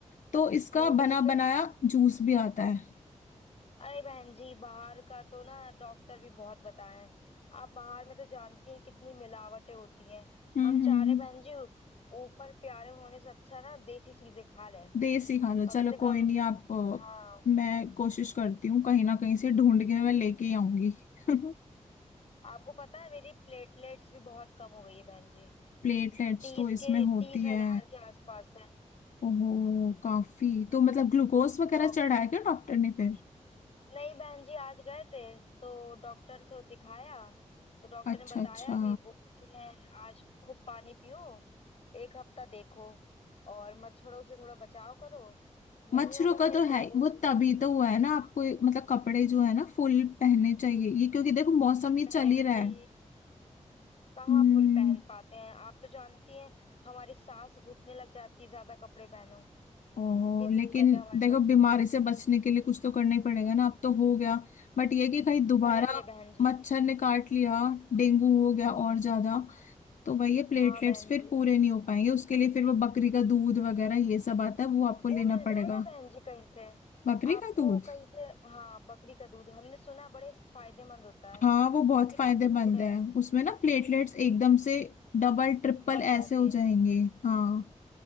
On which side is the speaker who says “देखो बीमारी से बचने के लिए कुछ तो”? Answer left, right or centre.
Left